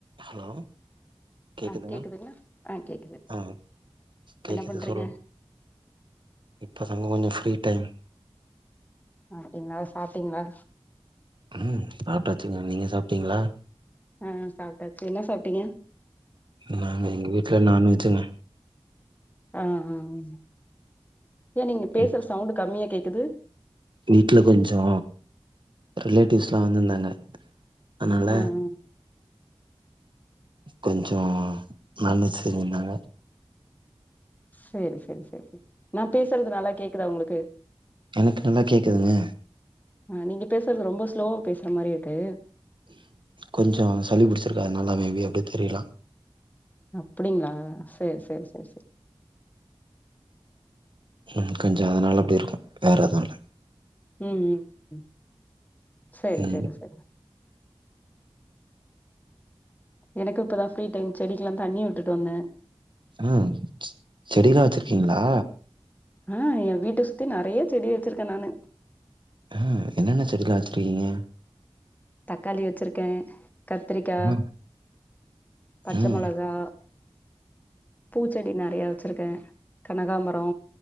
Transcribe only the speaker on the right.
Hello கேக்குதுங்க
அ கேக்குது
சொல்லுங்க இப்போ தாங்க கொஞ்சம் ஃப்ரீ டைம்
ம் சாப்ட்டாச்சுங்க நீங்க சாப்ட்டீங்களா
நாங்க எங்க வீட்ல நான்வெஜ்ங்க
வீட்
வீட்ல கொஞ்சோ ரிலேட்டிவ்ஸ்லா வந்திருந்தாங்க அன்னால
கொஞ்சோ நான் வெஜ் செஞ்சிந்தாங்க
எனக்கு நல்லா கேக்குதுங்க
கொஞ்சம் சளி பிடிச்சிருக்கா அதனால அமைதியா அப்டி தெரிலா
ம் கொஞ்சோ அதனால அப்டி இருக்கும் வேற எதும் இல்ல
ம்
ம் செடிலா வச்சிருக்கீங்ளா
ம் என்னென்ன செடிலா வச்சிருக்கீங்க
ம்
ம்